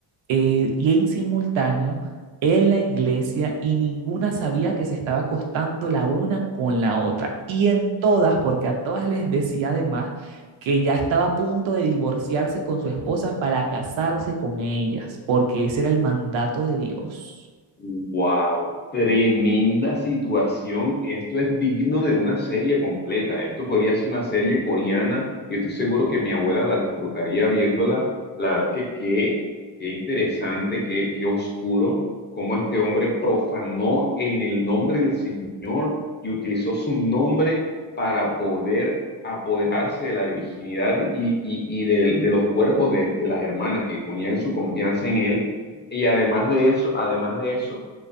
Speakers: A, on the right (about 80°); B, on the left (about 25°).
A: eh, y en simultáneo en la iglesia y ninguna sabía que se estaba acostando la una con la otra. Y en todas, porque a todas les decía además que ya estaba a punto de divorciarse con su esposa para casarse con ellas, porque ese era el mandato de Dios.
B: Wow, tremenda situación. Esto es digno de una serie completa. Esto podría ser una serie coreana y estoy seguro que mi abuela la disfrutaría viéndola. La verdad es que qué, qué interesante, qué, qué oscuro cómo este hombre profanó en el nombre del Señor y utilizó su nombre para poder apoderarse de la virginidad y, y- y de, de los cuerpos de de las hermanas que ponían su confianza en él. Y además de eso, además de eso